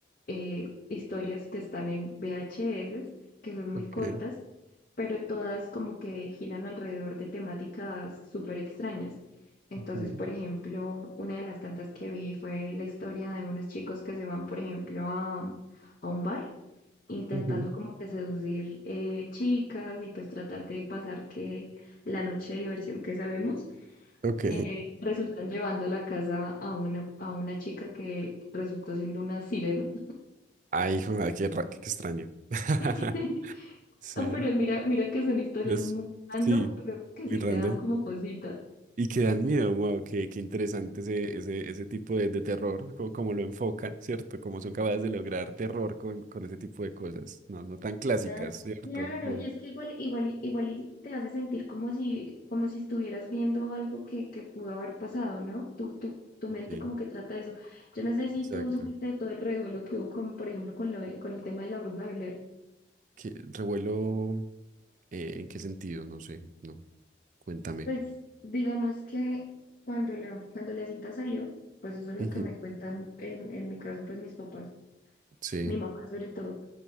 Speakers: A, on the left; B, on the right.
A: eh, historias que están en VHS, que son muy
B: Ok.
A: cortas, pero todas como que giran alrededor de temáticas súper extrañas. Entonces,
B: Ujú,
A: por ejemplo, una de las tantas que vi fue la historia de unos chicos que se van, por ejemplo, a, a un bar intentando
B: ujú.
A: como que seducir eh, chicas y pues tratar de pasar que la noche de diversión que sabemos,
B: Ok.
A: eh, resultan llevando a la casa a una, a una chica que resultó siendo una sirena.
B: Ay, hijo, madre, qué, ra- qué extraño. <laughs>
A: <laughs>
B: Sí,
A: No, pero mira, mira que son historias
B: es,
A: muy random,
B: sí,
A: pero que
B: muy
A: sí
B: random.
A: te dan como cosita.
B: Y que dan miedo, wow, qué, qué interesante ese, ese, ese tipo de, de terror, como, como lo enfocan, ¿cierto? Como son capaces de lograr terror con, con ese tipo de cosas, no, no tan clásicas,
A: Ah,
B: ¿cierto?
A: Claro,
B: Muy,
A: y es que igual, igual, igual y te hace sentir como si, como si estuvieras viendo algo que, que pudo haber pasado, ¿no? Tu, tu, tu mente
B: ok,
A: como que trata de eso. Yo no sé si
B: exacto.
A: tú supiste de todo el revuelo que hubo con, por ejemplo, con lo de- con el tema de la bruja de Blair.
B: ¿Qué, revuelo, eh, en qué sentido? No sé, no, cuéntame.
A: Pues digamos que cuando la, cuando la cinta salió, pues eso es
B: Ujú,
A: lo que me cuentan en, en mi caso, pues mis papás,
B: Sí,
A: mi mamá sobre todo.